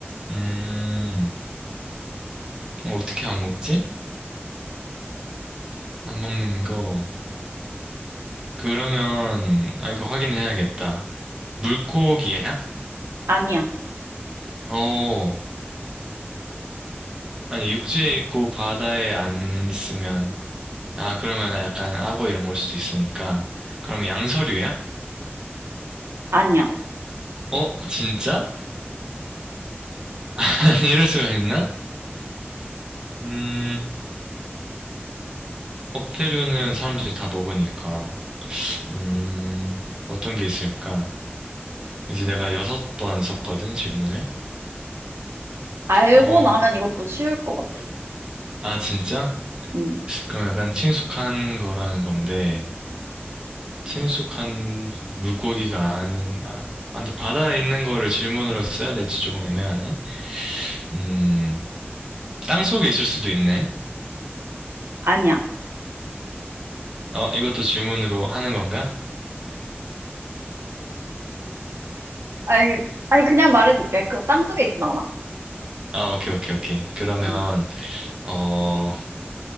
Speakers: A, on the right (about 20°); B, on the right (about 80°).
A: 음, 어, 어떻게 안 먹지? 안 먹는 거. 그러면, 아, 이거 확인해야겠다. 물고기야?
B: 아니야.
A: 어, 아니, 육지에 있고 바다에 안 있으면, 아, 그러면 약간 악어 이런 걸 수도 있으니까. 그럼 양서류야?
B: 아니야.
A: 어, 진짜? <laughs> 아니, 이럴 수가 있나? 음, 어패류는 사람들이 다 먹으니까. 음, 어떤 게 있을까? 이제 내가 여섯 번 썼거든, 질문을.
B: 알고
A: 어,
B: 나면 이것도 쉬울 것 같아.
A: 아, 진짜?
B: 음.
A: 그럼 약간 친숙한 거라는 건데, 친숙한 물고기가 아닌, 아, 아, 근데 바다에 있는 거를 질문으로 써야 될지 조금 애매하네. 음, 땅속에 있을 수도 있네.
B: 아니야.
A: 어, 이것도 질문으로 하는 건가?
B: 아니, 아니, 그냥 말해줄게. 그 땅속에 있진 않아.
A: 아, 오케이, 오케이, 오케이. 그러면,
B: 응,
A: 어,